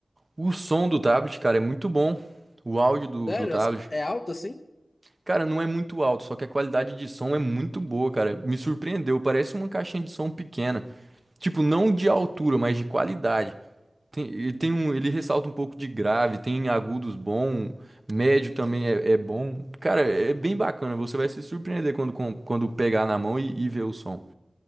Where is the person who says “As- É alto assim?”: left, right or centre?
Left